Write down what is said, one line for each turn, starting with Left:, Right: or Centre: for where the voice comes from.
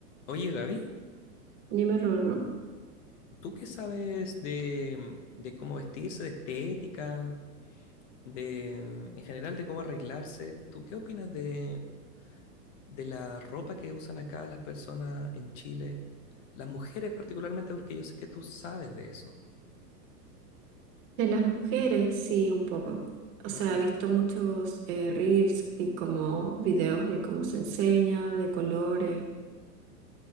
Left: Oye, Gaby,
Right: Dime, Rorro.
Left: ¿tú qué sabes de, de cómo vestirse, de estética, de, mm, en general, de cómo arreglarse? ¿Tú qué opinas de, de la ropa que usan acá las personas en Chile? Las mujeres particularmente, porque yo sé que tú sabes de eso.
Right: De las mujeres, sí, un poco. O
Left: ¿Mm?
Right: sea, he visto muchos eh, reels y como videos de cómo se enseña, de colores.